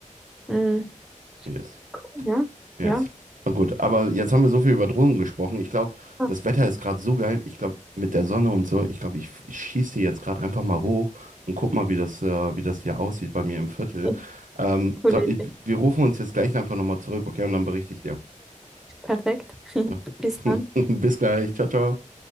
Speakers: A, in the centre; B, on the right (about 80°).
A: Mhm.
B: Yes.
A: Cool, ja.
B: Yes.
A: Ja.
B: Na gut, aber jetzt haben wir so viel über Drohnen gesprochen. Ich glaube,
A: Ah.
B: das Wetter ist gerade so geil. Ich glaube, mit der Sonne und so, ich glaube, ich, ich schieße die jetzt gerade einfach mal hoch und guck mal, wie das, äh, wie das hier aussieht bei mir im Viertel.
A: ja.
B: Ähm,
A: Politik.
B: so, ich- wir rufen uns jetzt gleich einfach nochmal zurück, okay? Und dann berichte ich dir.
A: Perfekt. <laughs>
B: <laughs>
A: Bis dann.
B: Bis gleich. Ciao, ciao.